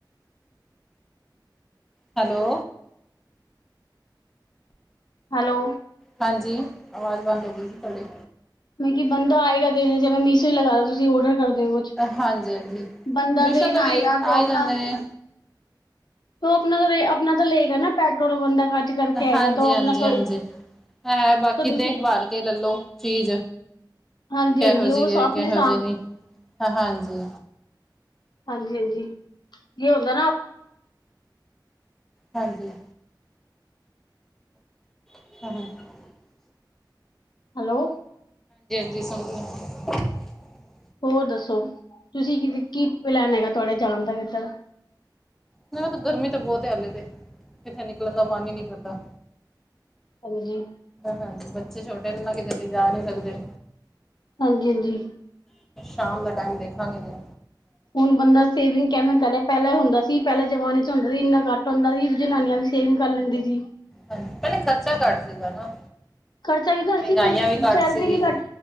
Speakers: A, in the centre; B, on the left.
A: ਹੈਲੋ
B: ਹੈਲੋ
A: ਹਾਂਜੀ ਆਵਾਜ਼ ਬੰਦ ਹੋ ਗਈ ਸੀ ਤੁਹਾਡੀ
B: ਮ ਬੰਦਾ ਆਏਗਾ ਦੇਨ 'ਚ ਮੈਂ ਮੀਸੋ ਹੀ ਲਗਾਦਾ ਤੁਸੀਂ ਔਡਰ ਕਰਦੇ ਕੁਛ
A: ਹਾਂਜੀ ਹਾਂਜੀ
B: ਬੰਦਾ
A: ਮੀਸ਼ੋ
B: ਦਿਨ
A: ਤੋਂ ਵੀ
B: ਆਏਗਾ
A: ਆ
B: ਤ ਆਪਣਾ
A: ਹੀ ਜਾਂਦੇ ਨੇ
B: ਉਹ ਆਪਣਾ ਤਾਂ ਆਪਣਾ ਤਾਂ ਲਏਗਾ ਨਾ ਪੈਟਰੋਲ ਬੰਦਾ ਖਰਜ ਕਰਕੇ ਆਏਗਾ
A: ਹਾਂਜੀ
B: ਤਾਂ ਉਹ ਆਪਣਾ
A: ਹਾਂਜੀ
B: ਥੋੜੀ
A: ਹਾਂਜੀ ਹੈ ਬਾਕੀ
B: ਤਾਂ ਤੁਸੀਂ
A: ਦੇਖਭਾਲ ਕੇ ਲੱਲ ਲੋ ਚੀਜ਼
B: ਹਾਂਜੀ
A: ਕਿਹੋ
B: ਹਾਂਜੀ
A: ਜਿਹੀ
B: ਉਹ
A: ਏ
B: ਆਪਣੇ
A: ਕਿਹੋ
B: ਸਾਮ
A: ਜਿਹੀ ਨੀ ਹਾਂਜੀ।
B: ਹਾਂਜੀ -ਹਾਂਜੀ ਜ ਹੁੰਦਾ ਨਾ।
A: ਹਾਂਜੀ <inaudible>
B: ਹੈਲੋ
A: <unintelligible>
B: ਹੋਰ ਦੱਸੋ ਤੁਸੀਂ ਕਿ ਕੀ ਪਲੈਨ ਹੈਗਾ ਤੁਹਾਡੇ ਜਾਣ ਦਾ ਕਿੱਧਰ
A: ਮ ਕਿਹਾ ਤਾਂ ਗਰਮੀ ਤਾਂ ਬਹੁਤ ਹਾਲੇ ਤੇ ਇੱਥੇ ਨਿਕਲਣ ਦਾ ਮਨ ਹੀ ਨਹੀਂ ਕਰਦਾ।
B: ਹਾਂਜੀ
A: ਹਾਂਜੀ ਬੱਚੇ ਛੋਟੇ ਨੇ ਨਾ ਕਿਤੇ ਵੀ ਲਜਾ ਨਹੀਂ ਸਕਦੇ।
B: ਹਾਂਜੀ -ਹਾਂਜੀ
A: ਸ਼ਾਮ ਦਾ ਟਾਈਮ ਦੇਖਾਂਗੇ ਜ
B: ਹੁਣ ਬੰਦਾ ਸੇਵਿੰਗ ਕਿਵੇਂ ਕਰੇ ਪਹਿਲ ਹੁੰਦਾ ਸੀ ਪਹਿਲੇ ਜਮਾਨੇ 'ਚ ਹੁੰਦਾ ਸੀ ਇੰਨਾ ਘੱਟ ਹੁੰਦਾ ਸੀ। ਜਨਾਨੀਆਂ ਵੀ ਸੇਵਿੰਗ ਕਰ ਲੈਂਦੇ ਸੀ।
A: ਹਾਂਜੀ ਪਹਿਲੇ ਖਰਚਾ ਘੱਟ ਸੀਗਾ ਨਾ।
B: ਖਰਚਾ ਵੀ ਘੱਟ
A: ਮਹਿੰਗਾਈਆਂ
B: ਸੀ ਪਰ
A: ਵੀ ਘੱਟ
B: ਸੈਲਰੀ
A: ਸੀਗੀ
B: ਵੀ ਘੱਟ